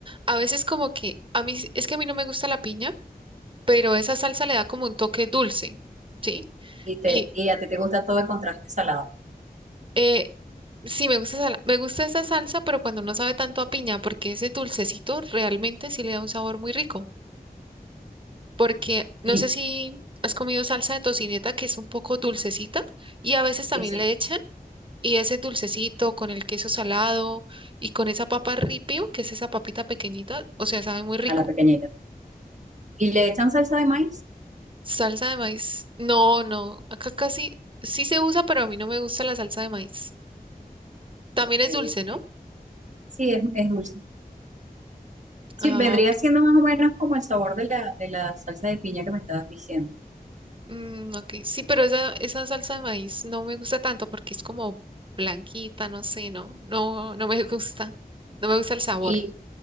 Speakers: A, on the right; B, on the right.
A: A veces como que, a mí, sí, es que a mí no me gusta la piña, pero esa salsa le da como un toque dulce, ¿sí?
B: Y, te,
A: Y
B: y a ti te gusta todo el contraste salado.
A: eh, sí, me gusta, esa- me gusta esa salsa, pero cuando no sabe tanto a piña, porque ese dulcecito realmente sí le da un sabor muy rico. porque no
B: Y
A: sé si has comido salsa de tocineta que es un poco dulcecita y a veces
B: sí,
A: también
B: sí,
A: le echan y ese dulcecito con el queso salado y con esa papa ripio, que es esa papita pequeñita, o sea, sabe muy rico.
B: a la pequeñita. ¿Y le echan salsa de maíz?
A: Salsa de maíz, no, no, acá casi sí se usa, pero a mí no me gusta la salsa de maíz. También
B: Ok,
A: es dulce,
B: ok.
A: ¿no?
B: Sí, es, es dulce. Sí,
A: Ah,
B: vendría
A: ok.
B: siendo más o menos como el sabor de la, de la salsa de piña que me estabas diciendo.
A: Mm, ok, sí, pero esa, esa salsa de maíz no me gusta tanto porque es como blanquita, no sé, no, no, no me <laughs> gusta, no me gusta el sabor.
B: Y